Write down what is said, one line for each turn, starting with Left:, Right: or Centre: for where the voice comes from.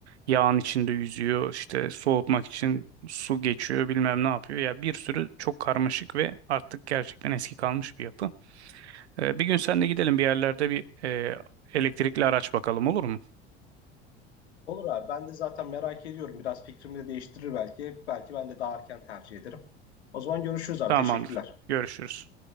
Right: Yağın içinde yüzüyor. işte soğutmak için su geçiyor, bilmem ne yapıyor. Ya bir sürü çok karmaşık ve artık gerçekten eski kalmış bir yapı. E, Bir gün sen de gidelim bir yerlerde bir e, elektrikli araç bakalım olur mu?
Left: Olur abi ben de zaten merak ediyorum. Biraz fikrimi de değiştirir belki. Belki ben de daha erken tercih ederim. O zaman görüşürüz abi.
Right: Tamamdır.
Left: Teşekkürler.
Right: Görüşürüz.